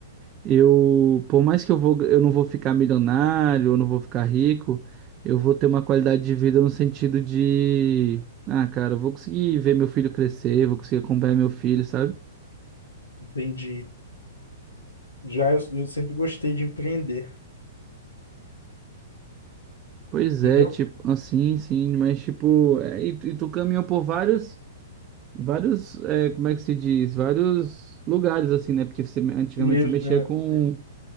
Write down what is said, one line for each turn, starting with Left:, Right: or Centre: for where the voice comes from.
Right: Eu, por mais que eu vou, eu não vou ficar milionário, eu não vou ficar rico, eu vou ter uma qualidade de vida no sentido de, ah, cara, eu vou conseguir ver meu filho crescer, vou conseguir acompanhar meu filho, sabe?
Left: Entendi. Já eu, eu sempre gostei de empreender,
Right: Pois
Left: entendeu?
Right: é, tipo, assim, sim, mas tipo, é, e, tu e tu caminhou por vários, vários, é, como é que se diz? Vários lugares, assim, né? Porque você, antigamente
Left: Meio,
Right: você mexia
Left: é,
Right: com
Left: me-